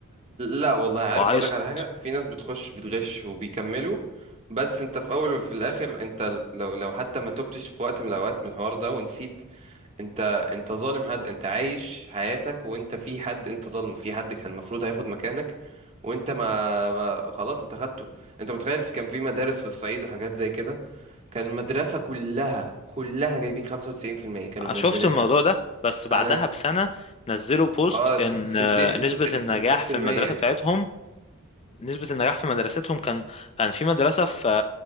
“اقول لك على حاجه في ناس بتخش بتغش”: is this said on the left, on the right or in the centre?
Right